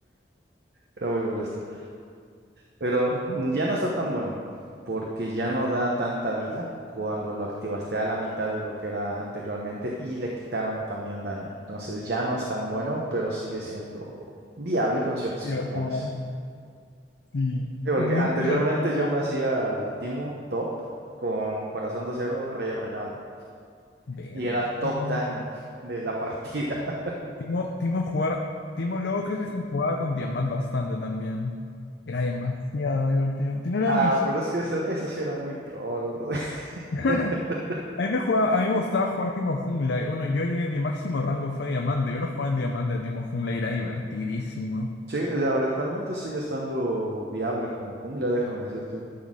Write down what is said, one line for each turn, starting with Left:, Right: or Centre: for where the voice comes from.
Right: Era muy molesto. Pero
Left: Y
Right: ya no está tan bueno porque ya no da tanta vida cuando lo activaste a la mitad de lo que era anteriormente y le quitaron también daño. Entonces ya no es tan bueno, pero sigue siendo viable con ciertos
Left: jugar.
Right: campeones.
Left: Sí.
Right: Sí, porque
Left: Muy
Right: anteriormente
Left: divertido.
Right: yo me hacía Timo top con corazón de cero, rey arruinado.
Left: Verga.
Right: y era top
Left: No.
Right: daño de la partida. <laughs>
Left: Timo, Timo jugar. Timo luego creo que se jugaba con Tiamat bastante también. Era demasiado divertido. Tiene una
Right: Ah,
Left: de mis.
Right: pero es que eso, eso sí era muy troll, bro. <laughs>
Left: <laughs> A mí me jugaba, a mí me gustaba jugar Timo Jungla. Y bueno, yo llegué, mi máximo rango fue diamante. Yo lo jugaba en diamante a Timo Jungla y era divertidísimo.
Right: Sí, ahora actualmente sigue estando viable como jungla, déjame decirte.